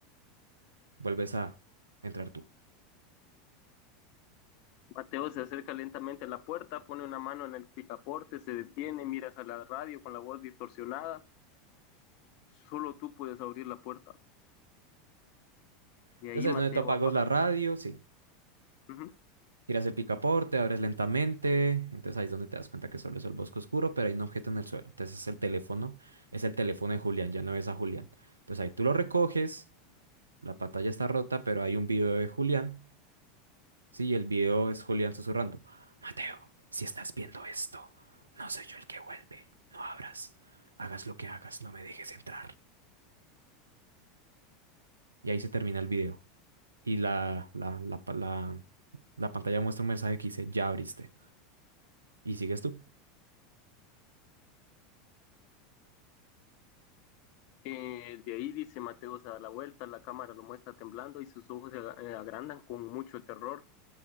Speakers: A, on the right; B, on the left.
A: vuelves a entrar tú.
B: Mateo se acerca lentamente a la puerta, pone una mano en el picaporte, se detiene, mira hacia la radio con la voz distorsionada. Solo tú puedes abrir la puerta. De
A: Entonces
B: ahí
A: ahí
B: Mateo
A: es donde tú apagas
B: apaga.
A: la radio, sí.
B: Ujú.
A: Tiras el picaporte, abres lentamente. Entonces ahí es donde te das cuenta que solo es el bosque oscuro, pero hay un objeto en el suelo. Entonces es el teléfono, es el teléfono de Julián, ya no ves a Julián. Entonces ahí tú lo recoges, la pantalla está rota, pero hay un video de Julián. Sí, el video es Julián susurrando. Mateo, si estás viendo esto, no soy yo el que vuelve. No abras. Hagas lo que hagas, no me dejes entrar. Y ahí se termina el video. Y la, la, la, pa- la, la pantalla muestra un mensaje que dice, ya abriste. Y sigues tú.
B: Eh, de ahí dice Mateo se da la vuelta, la cámara lo muestra temblando y sus ojos se aga- eh, agrandan con mucho terror